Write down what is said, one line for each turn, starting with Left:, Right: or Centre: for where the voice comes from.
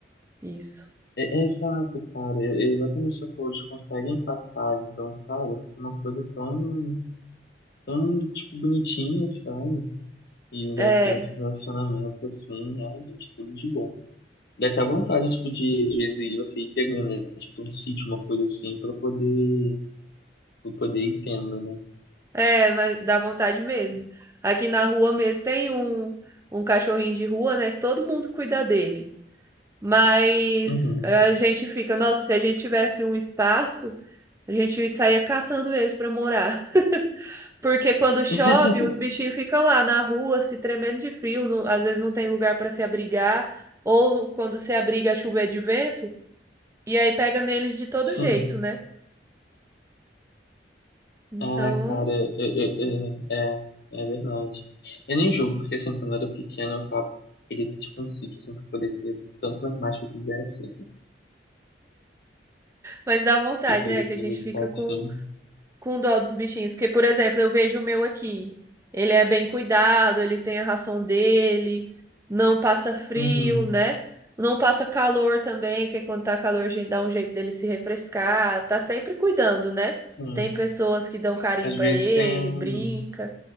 Right: isso.
Left: É, é exato, cara. É, é exatamente isso que você falou, eles conseguem passar. Então, cara, fica uma coisa tão, tão, tipo, bonitinha, sabe? E o
Right: É,
Left: Jack tem esse relacionamento assim, ai, gente, tudo de bom. Dá até vontade, tipo, de, às vezes, ir- você ir pegando, né? Tipo, um sítio, uma coisa assim, pra poder, pra poder ir tendo, né?
Right: é, mas dá vontade mesmo. Aqui na rua mesmo tem um, um cachorrinho de rua, né, que todo mundo cuida dele. Mas
Left: Uhum.
Right: a gente fica, nossa, se a gente tivesse um espaço, a gente saía catando eles para morar. <laughs> Porque quando chove,
Left: <laughs>
Right: os bichinhos ficam lá na rua, se tremendo de frio, não- às vezes não tem lugar para se abrigar, ou quando se abriga, a chuva é de vento, e aí pega neles de todo
Left: Sim.
Right: jeito, né? Então,
Left: Ah, cara, é, é, é, é, é verdade. Eu nem jogo, porque assim, quando eu era pequeno, eu falava que queria ter tipo um sítio assim pra poder ter tantos animais que eu quisesse.
Right: mas dá vontade,
Left: que foi
Right: né?
Left: aproveitar
Right: Que a gente fica
Left: assim.
Right: com com dó dos bichinhos. Porque, por exemplo, eu vejo o meu aqui. Ele é bem cuidado, ele tem a ração dele, não passa frio,
Left: Uhum,
Right: né? Não passa calor também, porque quando tá calor a gente dá um jeito dele se refrescar. Tá sempre cuidando, né?
Left: sim.
Right: Tem pessoas que dão carinho
Left: Às
Right: pra
Left: vezes
Right: ele,
Left: tem.
Right: brinca.